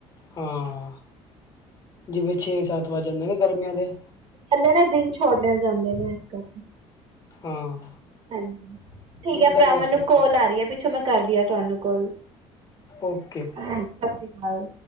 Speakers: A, on the left; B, on the right.
A: ਹਾਂ ਜਿਵੇਂ ਛੇ ਸੱਤ ਵੱਜ ਜਾਂਦੇ ਨੇ ਗਰਮੀਆਂ ਦੇ।
B: ਕੈਂਦੇ ਦਿਨ ਛੋਟੇ ਹੋ ਜਾਂਦੇ ਨੇ ਹ
A: ਹਾਂ।
B: ਹਾਜੀ ਠੀਕ
A: ਦਿਨ
B: ਆ
A: ਦਾ
B: ਭਰਾ
A: ਬਹੁਤ
B: ਮੈਨੂੰ
A: ਫ਼ਰਕ
B: ਕੋਲ
A: ਪੈਂਦਾ
B: ਆ ਰਈ ਹੈ ਪੀ ਛਾ ਮੈਂ ਕਰਦੀ ਹਾਂ ਤੁਆਨੂੰ ਕੋਲ
A: ਓਕੇ।
B: ਹਾਂਜੀ ਸਛੀ ਕਾਲ।